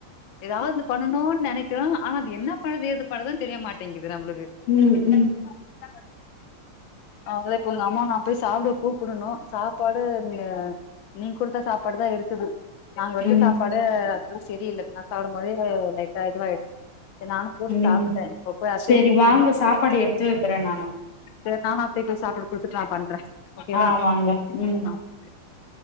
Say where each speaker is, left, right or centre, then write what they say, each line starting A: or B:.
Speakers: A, on the left; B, on the left.
A: ஏதாவது பண்ணனுனு நெனைக்கிறோ ஆனா அது என்ன பண்ணுது ஏது பண்ணுதுன்னு தெரியமாட்டேங்குது நம்மளுக்கு
B: ம் ம்
A: <inaudible> அவங்கதா இப்ப உங்க அம்மா நான போய் சாப்பிட கூப்பிடணு சாப்பாடு நீங்க குடுத்த சாப்பாடு தா இருக்குது நாங்க வச்ச
B: ம்
A: சாப்பா டு அதும் செரியில்ல நா சாப்புடும் போதே லைட்டா இதுவாயிடுச்சு சேரி நானும் போட்டு
B: ம்
A: சாப்புட்டுடே இப்ப போயி அத்தைய
B: சரி
A: கூப்பிட்ணு
B: வாங்க
A: சாப்பற்றதுக்கு
B: சாப்பாடு எடுத்து வைக்கிறேன் நானு
A: சேரி நானா போய்ட்டு சாப்பாடு குடுத்துட்டு நா பண்றே ஓகேவா
B: ஆமாங்க உம்
A: ஆ ஆ